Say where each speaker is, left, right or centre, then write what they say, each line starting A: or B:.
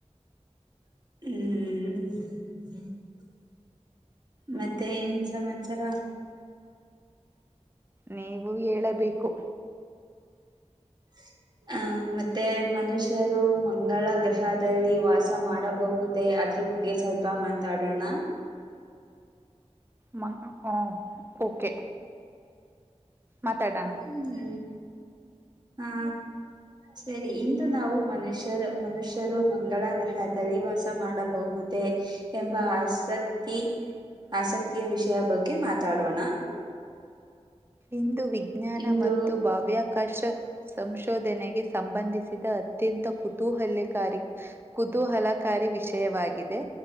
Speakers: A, on the right; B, on the right.
A: ಹ್ಮ್ ಮತ್ತೆ ಏನ್ ಸಮಾಚಾರ
B: ನೀವು ಹೇಳಬೇಕು
A: <inaudible> ಹ ಮತ್ತೆ ಮನುಷ್ಯರು ಮಂಗಳ ಗ್ರಹದಲ್ಲಿ ವಾಸ ಮಾಡಬಹುದೇ ಅ ಅ ಬಗ್ಗೆ ಸ್ವಲ್ಪ ಮಾತಾಡೋಣ
B: ಮ ಹ ಓಕೆ ಮಾತಾಡೋಣ
A: ಹ್ಮ್ ಹಾ ಸರಿ ಇಂದು ನಾವು ಮನುಷ್ಯರು ಮನುಷ್ಯರು ಮಂಗಳ ಗ್ರಹದಲ್ಲಿ ವಾಸ ಮಾಡಬಹುದು ುದ ಎಂಬ ಆಸಕ್ತಿ ಆಸಕ್ತಿಯ ವಿಷಯ ಬಗ್ಗೆ ಮಾತಾಡೋಣ
B: ಇಂದು ವಿಜ್ಞಾನ
A: ಇಂದು
B: ಮತ್ತು ಬಾಹ್ಯಾಕಾಶ ಸಂಶೋಧನೆಗೆ ಸಂಬಂಧಿಸಿದ ಅತ್ಯಂತ ಕುತೂಹಲಕಾರಿ ಕುತೂಹಲಕಾರಿ ವಿಷಯವಾಗಿದೆ